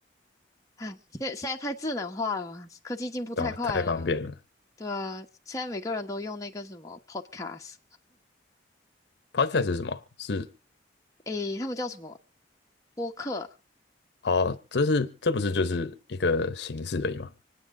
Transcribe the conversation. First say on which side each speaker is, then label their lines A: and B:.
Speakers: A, on the left (about 20°); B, on the left (about 65°).
A: 唉，现现在太智能化了嘛，科技进步太快了。
B: 对啊，太方便了。
A: 对啊，现在每个人都用那个什么 Podcast。
B: Podcast 是什么？是
A: 诶，他们叫什么播客？
B: 哦，这是这不是就是一个形式而已吗？